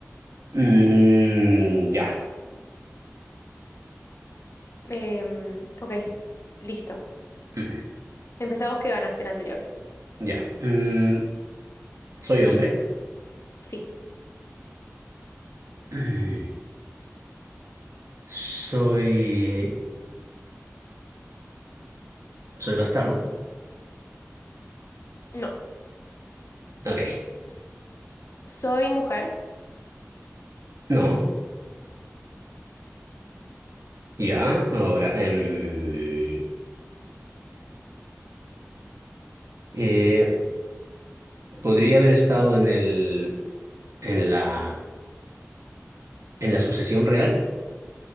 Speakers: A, on the right; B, on the left.
A: Mm, ya.
B: Em, ok, listo.
A: Ujú,
B: Empezá vos que ganaste el anterior.
A: Ya. Mm, ¿soy hombre?
B: Sí.
A: Mm. Soy. Soy bastardo.
B: No.
A: Ok.
B: Soy mujer.
A: No. Ya. Ahora. em, eh, ¿podría haber estado en el. en la. en la sucesión real?